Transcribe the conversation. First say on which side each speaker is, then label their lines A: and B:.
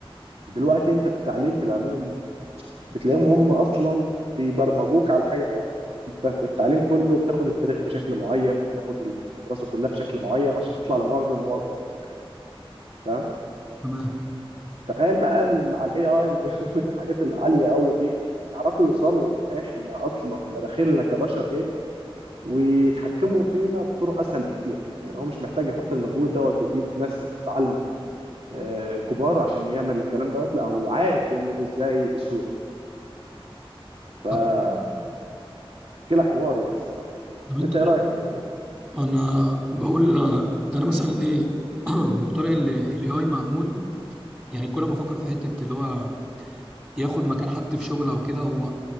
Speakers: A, on the right; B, on the right.
A: دلوقتي انت في التعليم في العموم بتلاقيهم هم اصلا بيبرمجوك على حاجه معينه انت في التعليم كله بتاخد التاريخ بشكل معين بتاخد الدراسه كلها بشكل معين عشان تطلع لمؤاخذه موظف في الاخر تمام
B: تمام
A: فتخيل بقى ال- مع الاي اي <laughs> والحاجات العاليه قوي دي يعرفوا يوصلوا احنا اصلا مداخلنا كبشر ايه ويتحكموا فينا بطرق اسهل بكتير يعني هو مش محتاج يحط المجهود دوت ويجيب ناس عالمه آه، كبار عشان يعمل الكلام دوت لا هو عارف يعمله ازاي بسهوله فمشكلة
B: طب
A: حوار يعني الصراحة
B: طب انت
A: انت
B: ايه
A: ايه
B: رأيك؟
A: رأيك في الموضوع
B: انا بقول آه، انا مثلا ايه <clears throat> مقتنع ان الاي اي معمول يعني كل ما افكر في حته اللي هو ياخد مكان حد في شغل او كده هو